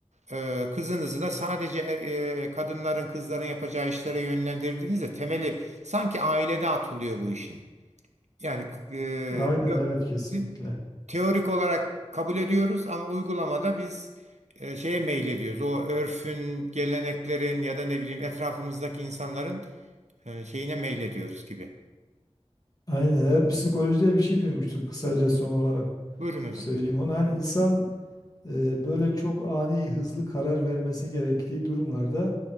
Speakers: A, on the right; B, on the left.
A: e, kızınızı da sadece er- e, kadınların, kızların yapacağı işlere yönlendirdiğinizde temeli sanki ailede atılıyor bu işin. Yani e,
B: Aynen evet kesinlikle.
A: te- teorik olarak kabul ediyoruz ama uygulamada biz e, şeye meylediyoruz. O örfün, geleneklerin ya da ne bileyim etrafımızdaki insanların e, şeyine meylediyoruz gibi.
B: Aynen evet psikolojide bir şey duymuştum kısaca son olarak
A: Buyurun hocam.
B: söyleyeyim onu. Hani insan e, böyle çok ani hızlı karar vermesi gerektiği durumlarda